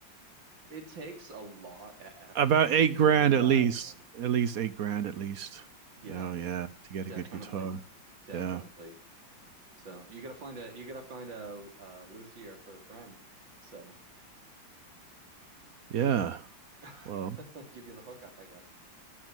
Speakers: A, on the right (about 75°); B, on the right (about 55°).
A: It takes a lot of effort
B: About
A: to
B: eight
A: do
B: grand
A: that,
B: at least.
A: man.
B: At least eight grand at least.
A: Yeah,
B: You know, yeah, to get
A: definitely.
B: a good guitar.
A: Definitely.
B: Yeah.
A: So, you gotta find a you gotta find a, a luthier for a friend. So,
B: Yeah.
A: <laughs>
B: Well,
A: give you the hookup, I guess.